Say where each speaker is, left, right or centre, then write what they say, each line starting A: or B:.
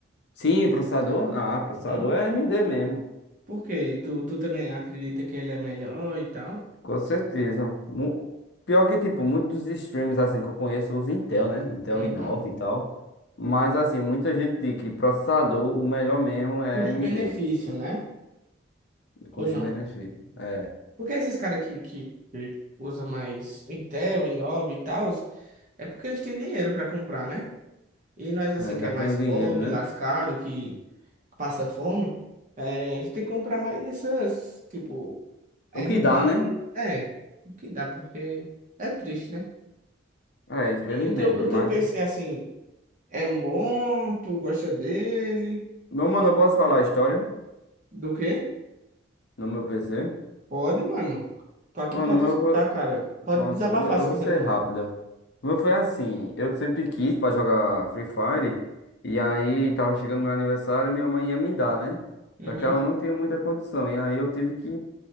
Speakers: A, on the left (about 55°); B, on the right (about 40°).
A: Sim, processador. Ah, processador
B: Uhum.
A: é AMD mesmo.
B: Por quê? Tu, tu também acredita que ele é melhor e tal?
A: Com certeza. Mu- Pior que, tipo, muitos streams assim que eu conheço usam Intel, né? Intel
B: Uhum.
A: i9 e tal. Mas, assim, muita gente diz que processador, o melhor mesmo é
B: Custo-benefício,
A: AMD.
B: né?
A: de Custo-benefício.
B: Ou não?
A: É,
B: Porque esses caras que, que, que usam mais Intel, i nove e tal, é porque eles têm dinheiro pra comprar, né? E nós, assim,
A: é,
B: que
A: já
B: é mais
A: tem o
B: pobre,
A: dinheiro, né?
B: lascado, que passa fome, eh, a gente tem que comprar mais essas, tipo, AMD.
A: O que dá, né?
B: É, o que dá, porque é triste, né?
A: É, infelizmente.
B: E o teu, o teu
A: Mas,
B: PC, assim, é bom? Tu gosta dele?
A: meu mano, eu posso falar a história
B: Do quê?
A: no meu PC?
B: Pode, mano. Tô aqui
A: Mano,
B: pra te
A: o meu,
B: escutar, cara. Pode
A: Pronto,
B: desabafar
A: o meu- eu
B: se
A: vou
B: quiser
A: ser
B: também.
A: rápida. O meu foi assim, eu sempre quis pra jogar Free Fire, e aí tava chegando meu aniversário e minha mãe ia me dar, né?
B: Uhum.
A: Só que ela não tinha muita condição, e aí eu tive que